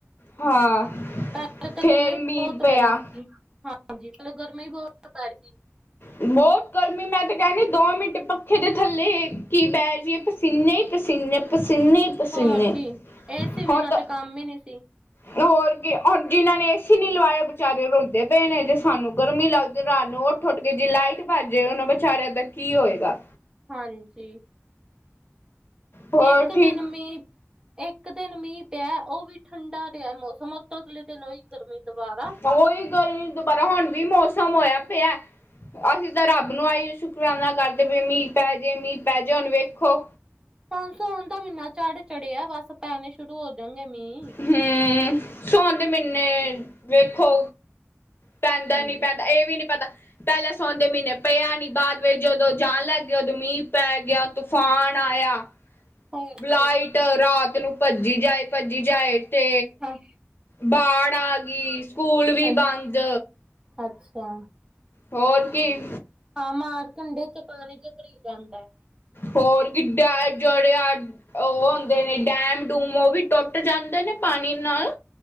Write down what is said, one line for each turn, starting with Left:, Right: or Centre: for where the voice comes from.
Left: ਹਾਂ।
Right: ਪਹਿਲਾਂ
Left: ਫੇਰ
Right: ਗਰਮੀ ਬਹੁਤ
Left: ਮੀਂਹ ਪਿਆ
Right: ਪੈ ਰਹੀ ਸੀ। ਹਾਂਜੀ ਗਰਮੀ ਬਹੁਤ ਪੈ ਰਹੀ ਸੀ।
Left: ਬਹੁਤ ਗਰਮੀ। ਮੈਂ ਤਾਂ ਕਹਿੰਦੀ ਦੋ ਮਿੰਟ ਪੱਖੇ ਥੱਲੇ ਕੀ ਬੇਜੀਏ ਪਸੀਨੇ ਹੀ ਪਸੀਨੇ, ਪਸੀਨੇ ਪਸੀਨੇ
Right: ਹੋਰ ਕੀ ਏ ਸੀ ਬਿਨਾਂ
Left: ਹੁਣ ਤਾਂ
Right: ਤੇ ਕੰਮ ਹੀ ਨੀ ਸੀ।
Left: ਹੋਰ ਕੀ ਹੁਣ ਜਿਨਾਂ ਨੇ ਏਸੀ ਨੀ ਲਵਾਏ ਵਿਚਾਰੇ ਰੋਂਦੇ ਪਏ ਨੇ ਜੇ ਸਾਨੂੰ ਗਰਮੀਂ ਲੱਗ ਰਾਤ ਨੂੰ ਉੱਠ-ਉੱਠ ਕੇ ਜੇ ਲਾਈਟ ਭਜ ਜਾਏ ਉਹਨਾਂ ਵਿਚਾਰਿਆਂ ਕੀ ਹੋਏਗਾ।
Right: ਹਾਂਜੀ
Left: ਹੋਰ
Right: ਇੱਕ
Left: ਠੀਕ
Right: ਦਿਨ ਮੀਂਹ ਇੱਕ ਦਿਨ ਮੀਂਹ ਪਿਆ ਉਹ ਵੀ ਠੰਡਾ ਰਿਹਾ ਮੌਸਮ ਉਤੋਂ ਅਗਲੇ ਦਿਨ ਹੀ ਗਰਮੀ ਦੁਬਾਰਾ।
Left: ਉਹੀ ਗਰਮੀ ਦੁਬਾਰਾ ਹੁਣ ਵੀ ਮੌਸਮ ਹੋਇਆ ਪਿਆ। ਅਸੀਂ ਤਾਂ ਰੱਬ ਨੂੰ ਆਈ ਸ਼ੁਕਰਾਨਾ ਕਰਦੇ ਵੀ ਮੀਂਹ ਪੈ ਜੇ ਮੀਂਹ ਪੈ ਜੇ ਹੁਣ ਵੇਖੋ।
Right: ਮਾਨਸੂਨ ਦਾ ਮਹੀਨਾ ਚੜ ਚੜਿਆ ਬਸ ਪੈੇਨੇ ਸ਼ੁਰੂ ਹੋ ਜਾਣਗੇ ਮੀਂਹ।
Left: ਹਮ ਸੋਣ ਦੇ ਮਹੀਨੇ ਵੇਖੋ ਪੈਂਦਾ
Right: ਹਾਂਜੀ
Left: ਨੀ ਪੈਂਦਾ ਇਹ ਵੀ ਨੀ ਪਤਾ। ਪਹਿਲਾਂ ਸਾਵਣ ਦੇ ਮਹੀਨੇ ਪਿਆ ਨੀ ਬਾਅਦ ਵਿੱਚ ਜਦੋਂ ਜਾਣ ਲੱਗ ਗ ਉਦੋਂ ਮੀਂਹ ਪੈ ਗਿਆ ਤੂਫਾਨ ਆਇਆ।
Right: ਹੋਰ
Left: ਲਾਈਟ
Right: ਕੀ
Left: ਰਾਤ ਨੂੰ ਭੱਜੀ ਜਾਏ ਭੱਜੀ ਜਾਏ ਤੇ
Right: ਹਾਂ
Left: ਬਾੜ ਆ ਗੀ ਸਕੂਲ ਵੀ
Right: ਅੱਛ
Left: ਬੰਦ।
Right: ਅੱਛਾ
Left: ਹੋਰ ਕੀ।
Right: ਹਾਂ ਮਾਰਕੰਢੇ ਚ ਪਾਣੀ ਚ ਭਰੀ ਜਾਂਦਾ।
Left: ਹੋਰ ਕਿ <unintelligible> ਉਹ ਹੁੰਦੇ ਨੇ ਡੈਮ-ਡੂਮ ਉਹ ਵੀ ਟੁੱਟ ਜਾਂਦੇ ਨੇ ਪਾਣੀ ਨਾਲ।